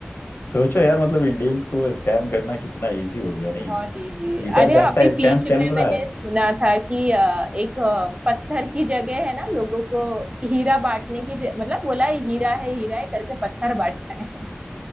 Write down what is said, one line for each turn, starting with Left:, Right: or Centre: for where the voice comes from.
Left: सोचो यार मतलब इंडियंस को स्कैम करना कितना इजी हो गया
Right: बहुत
Left: नहीं
Right: इजी है
Left: जीता
Right: अरे
Left: जागता
Right: अभी बीच
Left: स्कैम
Right: में
Left: चल रहा
Right: मैंने
Left: है
Right: सुना था कि अ, एक अ, पत्थर की जगह है ना लोगों को हीरा बांटने की ज... मतलब बोला है, हीरा है हीरा है करके पत्थर बांटा है